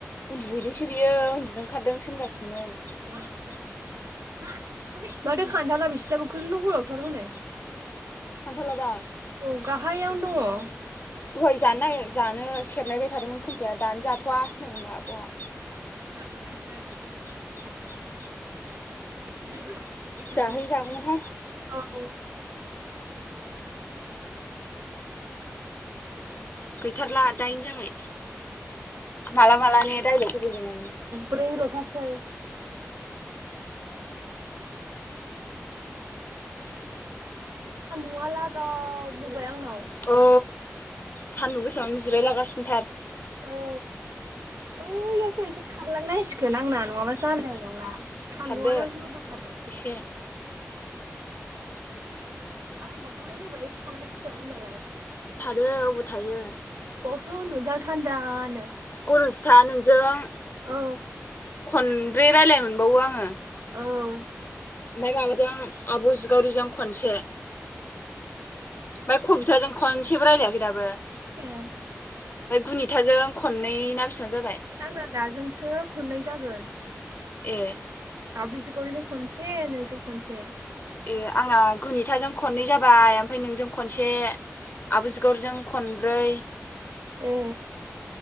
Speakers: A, on the left; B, on the right.
A: उन्दुहैदोंसो बियो उन्दुनो ओंखारदों सो होनगासिनोमोन।
B: <unintelligible> <inaudible> माथो खाथ्नाला बिसिनाबो गोलाव गोलावथार हनै।
A: खान्थाला दा
B: औ गाहायावनो दङ।
A: दहाय जानो नागेर जानो सेरनायबाय थादोंमोन खोम्थाया दानो जाथ'वासो होनदोंमोन आब'आ।
B: <inaudible> <unintelligible>
A: जाहै जागौमोनहाय गैथारला दायन जाबाय माला मालानो दायल'ग होबाय बायनानै
B: ब्रै ल'थारसै।
A: <inaudible>
B: सान्दुंआ लागाव बोबाय आंनाव।
A: औ सान्दुं गोसायावनो जिरायलागासिनो थार।
B: औ बैयासो एसे खारलांनांसिगोन आंना नङाबा जानाय नंला। सान्दुंआनो
A: खारदो
B: होबोथारबाय।
A: एसे
B: आं बहाय नै बेहायसो थानांसिगोन होनबालाय।
A: थादो अबाव थायो।
B: बावसो उन्दुनसां थान्दानो।
A: गनसथा नोंजों
B: औ
A: खनब्रै रायलायनो मोनबावो आङो।
B: औ।
A: ओमफाय माबाजों आब' जिगावरिजों खनसे। ओमफाय कबिथाजों खनसेबो रायलायाखै दाबो। ओमफाय
B: ए
A: गुनिथाजों खननै ना बेसेबां जाबाय।
B: आंना दाजोंसो खननोय जागोन।
A: ए।
B: आब' जिखावरिजों खनसे नोंजों खनसे।
A: ए आंना गुनिथाजों खननै जाबाय ओमफ्राय नोंजों खनसे आब' जिगरिजों खनब्रै।
B: ए